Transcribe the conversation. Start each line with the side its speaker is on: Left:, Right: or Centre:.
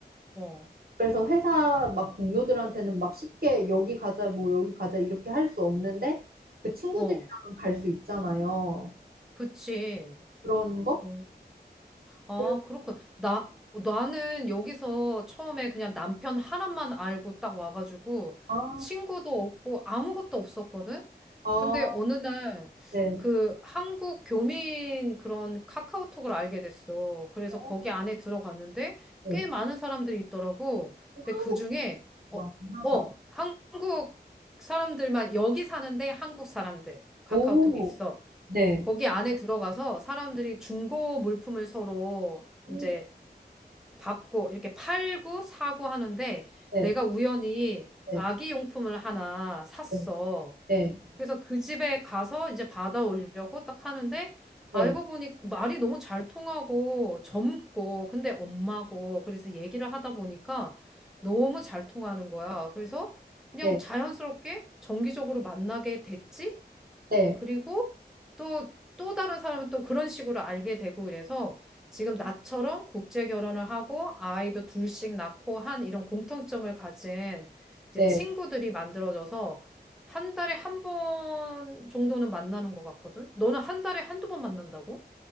Centre: 어,
Right: 그래서 회사 막 동료들한테는 막 쉽게 여기 가자, 뭐 여기 가자 이렇게 할 수 없는데 그 친구들이랑은
Centre: 어,
Right: 갈 수 있잖아요.
Centre: 그치.
Right: 그런 거?
Centre: 어. 아,
Right: 그래,
Centre: 그렇군. 나, 나는 여기서 처음에 그냥 남편 하나만 알고 딱 와가지고
Right: 아,
Centre: 친구도 없고 아무것도 없었거든?
Right: 아,
Centre: 근데 어느 날
Right: 네.
Centre: 그 한국 교민 그런 카카오톡을 알게 됐어. 그래서
Right: 어,
Centre: 거기 안에 들어갔는데
Right: 네.
Centre: 꽤 많은 사람들이 있더라고.
Right: 어,
Centre: 근데
Right: 한국
Centre: 그 중에, 어,
Right: 맞나
Centre: 어,
Right: 봐.
Centre: 한국 사람들만, 여기 사는데 한국 사람들 카카오톡이
Right: 오,
Centre: 있어.
Right: 네.
Centre: 거기 안에 들어가서 사람들이 중고 물품을 서로
Right: 음,
Centre: 이제 받고 이렇게 팔고 사고 하는데
Right: 네,
Centre: 내가 우연히
Right: 네,
Centre: 아기 용품을 하나 샀어.
Right: 네, 네,
Centre: 그래서 그 집에 가서 이제 받아오려고 딱 하는데
Right: 네,
Centre: 알고 보니 말이 너무 잘 통하고 젊고 근데 엄마고 그래서 얘기를 하다 보니까 너무 잘 통하는 거야. 그래서 그냥
Right: 네,
Centre: 자연스럽게 정기적으로 만나게 됐지?
Right: 네,
Centre: 그리고 또, 또 다른 사람은 또 그런 식으로 알게 되고 이래서 지금 나처럼 국제 결혼을 하고 아이도 둘씩 낳고 한 이런 공통점을 가진 이제
Right: 네.
Centre: 친구들이 만들어져서 한 달에 한 번 정도는 만나는 것 같거든? 너는 한 달에 한두 번 만난다고?